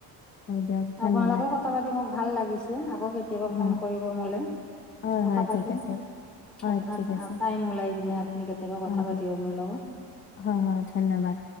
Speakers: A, on the left (about 30°); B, in the centre.
A: হয় দিয়ক ধন্যবাদ
B: আপোনালোকে কথা পাতি মোক ভাল লাগিছে, আকৌ কে তিয়াবা
A: হয়
B: ফোন কৰিব মোলে,
A: হয়
B: কথা
A: হয়
B: পাতিম।
A: ঠিক আছে হয়
B: আপোনাৰ
A: ঠিক আছে
B: টাইম ওলাই কিনে আপুনি কেতিয়াবা কথা
A: হয়
B: পাতিব
A: হয়
B: মোৰ লগত।
A: হয় হয় ধন্যবাদ।